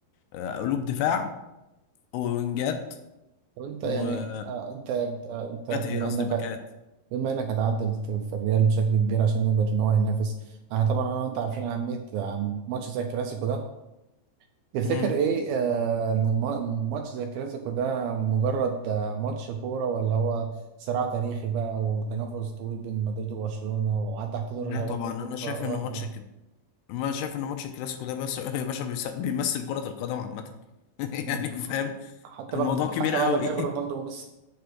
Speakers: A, on the left; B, on the right.
A: آه، قلوب دفاع ووينجات
B: طب انت
A: وجات
B: يعني آه، انت آه، انت بما
A: ايه قصدي
B: انك
A: باكات
B: بما انك هتعدل في في الريال بشكل كبير عشان يقدر ان هو ينافس انا طبعا انا وانت عارفين اهميه آه، ماتش زي الكلاسيكو ده تفتكر
A: مم.
B: ايه آه، ان الم- ماتش زي الكلاسيكو ده مجرد آه، ماتش كورة ولا هو صراع تاريخي بقى وتنافس طويل بين مدريد وبرشلونة وعدى حدود
A: لا
B: الرياضة
A: طبعا
B: ممكن
A: انا
B: في
A: شايف
B: وقتنا
A: ان ماتش
B: ده
A: كده ما شايف ان ماتش الكلاسيكو ده بس <laughs> يا باشا بيس- بيمثل كرة القدم عامة <laughs>
B: مم.
A: يعني فاهم
B: حتى
A: الموضوع
B: بعد حتى
A: كبير قوي
B: بعد غياب
A: <laughs>
B: رونالدو وميسي